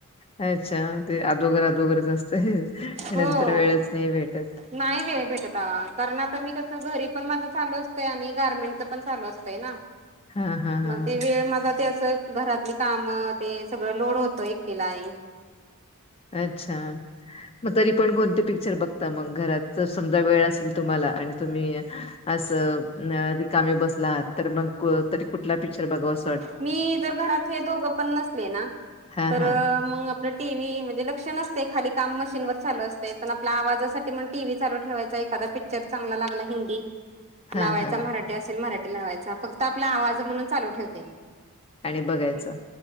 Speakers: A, on the left; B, on the right.
A: अ अच्छा ते अदोघर अदोघरच असतय
B: हो.
A: नंतर वेळच नाही भेटत.
B: नाही वे भेटत कारण आता मी कस घरी पण माझं चालू असतंय आणि गारमेंटचं पण चालू असतंय ना.
A: हां, हां, हां.
B: मग ते वेळ माझा त्याचा. घरातली कामं ते सगळं लोड होतं एकटीला आणि.
A: अच्छा. मग तरी पण कोणते पिक्चर बघता मग घरात जर समजा वेळ असेल तुम्हाला आणि तुम्ही. असं न रिकामे बसलात तर मग को तरी कुठला पिक्चर बघावस.
B: मी जर घरात हे दोघं पण नसले ना
A: हा
B: तर
A: हा
B: मग. टीव्ही म्हणजे लक्ष नसतय खाली काम मशीन वर चालू असतयं पण आपल्या आवाजासाठी टीव्ही चालू ठेवायचं एखादा पिक्चर. पिक्चर चांगला लागला हिंदी.
A: हा
B: लावायचा
A: हा
B: मराठी असेल मराठी लावायचा फक्त आपला आवाज म्हणून चालू ठेवते.
A: आणि बघायचं
B: मग